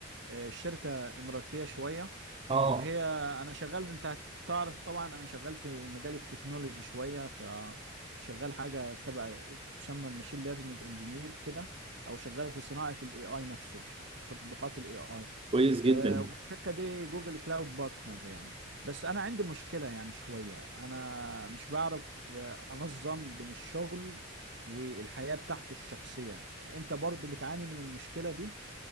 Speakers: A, on the right; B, on the right.
A: آه، الشركة اماراتية شوية
B: اه
A: وهي انا شغال انت تعرف طبعا انا شغال في مجال التكنولوجي شوية فشغال حاجة تبع تسمى الماشين ليرنينج انجينير كده او شغال في صناعة الاي اي نفسه تطبيقات الاي اي
B: كويس جدا
A: آه، والشركه دي جوجل كلاود بارتنر يعني بس انا عندي مشكله يعني شويه انا مش بعرف آه، انظم بين الشغل والحياه بتاعتي الشخصيه انت برضو بتعاني من المشكله دي